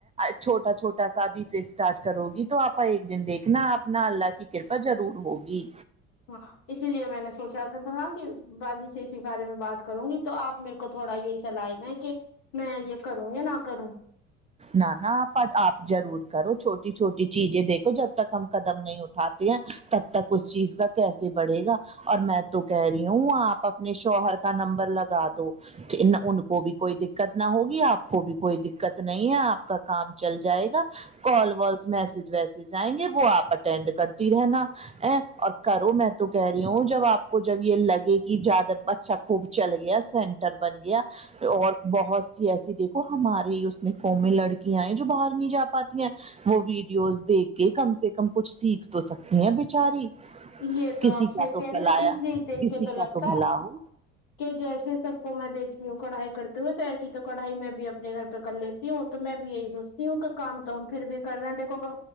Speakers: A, on the right (about 20°); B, on the left (about 60°).
A: چھوٹا چھوٹا سا بھیے اسٹارٹ کرو گی تو آپ ایک دن دیکھنا اپنا اللہ کی کرپا ضرور ہوگی
B: ہاں اسی لیے میں نے سوچا تھا بھگی بھگی سے اسی بارے میں بات کروں گی تو آپ میرے کو تھوڑا یہ ہی صلاح دے کہ میں یہ کروں یا نہ کروں
A: نہ نہ آپا آپ ضرور کرو چھوٹی چھوٹی چیزیں دیکھو جب تک ہم قدم نہیں ہوتے اٹھاتے ہیں تب تک اس چیز کا کیسے بڑھے گا اور میں تو کہہ رہی ہوں آپ اپنے شوہر کا نمبر لگا دو ان کو بھی کوئی دکت نہ ہوگی آپ کو بھی کوئی دکت نہیں ہے آپ کا کام چل جائے گا کال وس میسج ویسج آئیں گے وہ آپ اٹینڈ کرتی رہنا اور کرو میں تو کہہ رہی ہوں جب آپ کو جب یہ لگے کہ زیادہ اچھا خوب چل گیا سینٹر بن گیا اور بہت سی ایسی دیکھو ہمارے اس قوم میں لڑکیاں ہیں جو باہر نہیں جا پاتی ہیں وہ ویڈیوز دیکھ کہ کم سے کم کچھ سیکھ تو سکتی ہیں بچاری
B: یہ تو
A: کسی
B: آپ صحیح
A: کا تو
B: کہہ رہی
A: پلایا
B: ہو اس لیے دیکھ
A: کسی
B: کے
A: کا
B: لگتا
A: تو
B: ہے
A: بھلا ہو
B: کہ جیسے سب کو میں دیکھتی ہوں کڑھائی کرتے ہوئے تو ایسی تو کڑھائی میں بھی اپنے گھر پہ کر لی تی ہوں تو میں بھی یہی سوچتی ہوں کہ کام تو ہم پھر بھی کر رہے ہیں دیکھو گا